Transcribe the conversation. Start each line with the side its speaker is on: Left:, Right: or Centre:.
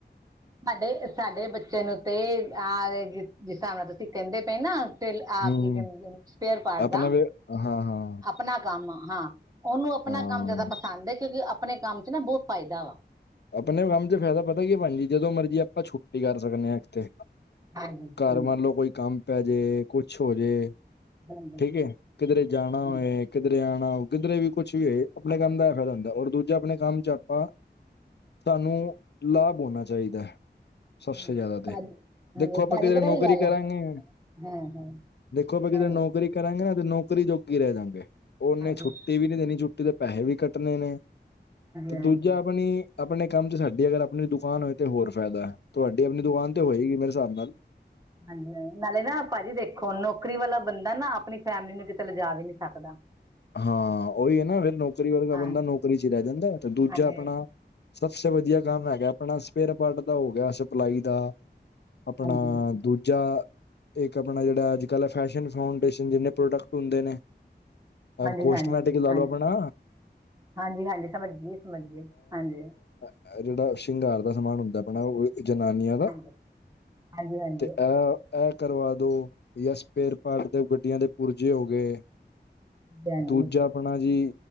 Right: ਸਾਡੇ, ਸਾਡੇ ਬੱਚੇ ਨੂੰ ਤੇ ਆਹ, ਜਿਸ ਜਿਸ ਹਿਸਾਬ ਨਾਲ ਤੁਸੀਂ ਕਹਿੰਦੇ ਪਏ ਨਾ ਫ਼ਿਰ, ਆ
Left: ਹਮ
Right: ਕੀ ਕਹਿੰਦੇ, ਸਪੇਅਰ ਪਾਰਟ
Left: ਆਪਣਾ
Right: ਦਾ।
Left: ਵੀ ਹਾਂ ਹਾਂ
Right: ਆਪਣਾ ਕੰਮ ਹਾਂ, ਉਹਨੂੰ ਆਪਣਾ
Left: ਹਾਂ
Right: ਕੰਮ ਜਿਆਦਾ ਪਸੰਦ ਹੈ, ਕਿਉਂਕਿ ਆਪਣੇ ਕੰਮ ਚ ਨਾ ਬਹੁਤ ਫਾਇਦਾ ਵਾ।
Left: ਆਪਣੇ ਕੰਮ ਚ ਫ਼ਾਇਦਾ ਪਤਾ ਕੀ ਭੈਣ ਜੀ, ਜਦੋਂ ਮਰਜੀ ਆਪਾਂ ਛੁੱਟੀ ਕਰ ਸਕਦੇ ਹਾਂ ਇੱਕ ਥੇ
Right: ਹਾਂਜੀ
Left: ਘਰ
Right: ਹਾਂਜੀ
Left: ਮੰਨਲੋ, ਕੋਈ ਕੰਮ ਪੈਜੇ, ਕੁਛ ਹੋਜੇ
Right: ਹਾਂਜੀ
Left: ਠੀਕ ਏ ਕਿਦਰੇ ਜਾਨਾ ਹੋਏ
Right: ਹਾਂਜੀ
Left: ਕਿਦਰੇ ਆਨਾ ਕਿਦਰੇ ਵੀ ਕੁੱਛ ਵੀ ਹੋਏ ਆਪਨੇ ਕੰਮ ਦਾ ਐ ਫੈਦਾ ਹੁੰਦਾ ਔਰ ਦੂਜਾ ਆਪਨੇ ਕੰਮ ਚ ਆਪਾਂ ਤਾਨੂੰ, ਲਾਭ ਹੋਣਾ ਚਾਹੀਦੈ। ਸਭ
Right: ਹਾਂਜੀ
Left: ਸੇ ਜ਼ਿਆਦਾ ਤੇ,
Right: ਭਾਜੀ ਹਾਂਜੀ
Left: ਦੇਖੋ ਆਪਾਂ
Right: ਭਾਜੀ
Left: ਕਿਧਰੇ
Right: ਪਤਾ
Left: ਨੌਕਰੀ
Right: ਕੀ ਗੱਲ
Left: ਕਰਾਂਗੇ।
Right: ਹੈ ਹਮ ਹਮ
Left: ਦੇਖੋ ਆਪ ਕਿਤੇ
Right: ਹਾਂਜੀ
Left: ਨੌਕਰੀ
Right: ਹਾਂਜੀ
Left: ਕਰਾਂਗੇ ਨਾ, ਤੇ ਨੌਕਰੀ ਜੋਗੀ ਰਹਿ ਜਾਂਗੇ, ਉਹਨੇ
Right: ਹਾਂਜੀ
Left: ਛੁੱਟੀ ਵੀ ਨੀ ਦੇਨੀ ਛੁੱਟੀ ਦੇ ਪੈਸੇ ਵੀ ਕੱਟਣੇ ਨੇ‌। ਤੇ
Right: ਹਾਂਜੀ
Left: ਦੂਜਾ ਆਪਣੀ ਆਪਣੇ ਕੰਮ 'ਚ ਸਾਡੀ ਅਗਰ ਆਪਣੀ ਦੁਕਾਨ ਹੋਏ ਤਾਂ ਹੋਰ ਫੈਦਾ- ਤੁਹਾਡੀ ਆਪਣੀ ਦੁਕਾਨ ਤੇ ਹੋਏਗੀ ਮੇਰੇ ਹਿਸਾਬ ਨਾਲ।
Right: ਹਾਂਜੀ ਹਾਂਜੀ ਨਾਲੇ ਨਾ ਭਾਜੀ ਦੇਖੋ ਨੌਕਰੀ ਵਾਲਾ ਬੰਦਾ ਨਾ ਆਪਣੀ ਫੈਮਿਲੀ ਨੂੰ ਕਿਤੇ ਲਿਜਾ ਵੀ ਨੀ ਸਕਦਾ। ਹਾਂ।
Left: ਹਾਂ ਉਈ ਹੈ। ਨਾ ਫਿਰ ਨੌਕਰੀ ਵਰਗਾ
Right: ਹਾਂਜੀ
Left: ਬੰਦਾ ਨੌਕਰੀ 'ਚ ਹੀ ਰਹਿ ਜਾਂਦਾ ਤੇ ਦੂਜਾ
Right: ਹਾਂਜੀ
Left: ਆਪਣਾ। ਸਭਸੇ ਵਧੀਆ ਕੰਮ
Right: ਹਾਂਜੀ
Left: ਹੈਗਾ ਆਪਣਾ ਸ। ਸਪੇਅਰ ਪਾਰਟ ਦਾ ਹੋ ਗਿਆ ਸਪਲਾਈ ਦਾ ਆਪਣਾ
Right: ਹਾਂਜੀ
Left: ਦੂਜਾ। ਇੱਕ ਆਪਣਾ ਜਿਹੜਾ ਅੱਜ ਕੱਲ੍ਹ ਫੈਸ਼ਨ ਫਾਉਂਡੇਸ਼ਨ ਜਿੰਨੇ ਪ੍ਰੋਡਕਟ ਹੁੰਦੇ ਨੇ।
Right: ਨਾਲੇ
Left: ਕੋਸਟਮੈਟਿਕ
Right: ਹੈਗੇ
Left: ਲਾ
Right: ਹਾਂਜੀ-ਹਾਂਜੀ-ਹਾਂਜੀ।
Left: ਲਓ ਆਪਣਾ
Right: ਸਮਝ ਗਈ ਸਮਝ ਗਈ ਹਾਂਜੀ।
Left: ਅ ਜਿਹੜਾ ਸ਼ਿੰਗਾਰ ਦਾ ਸਮਾਨ ਹੁੰਦਾ ਆਪਣਾ ਓ। ਜਨਾਨੀਆਂ ਦਾ
Right: ਹਾਂਜੀ ਹਾਂਜੀ ਹਾਂਜੀ
Left: ਤੇ ਅ। ਐ ਕਰਵਾ ਦੋ ਜਾਂ ਸਪੇਰ ਪਾਰਟ ਦੇ ਗੱਡੀਆਂ ਦੇ ਪੁਰਜੇ ਹੋ ਗਏ।
Right: ਹਾਂਜੀ
Left: ਦੂਜਾ। ਆਪਣਾ ਜੀ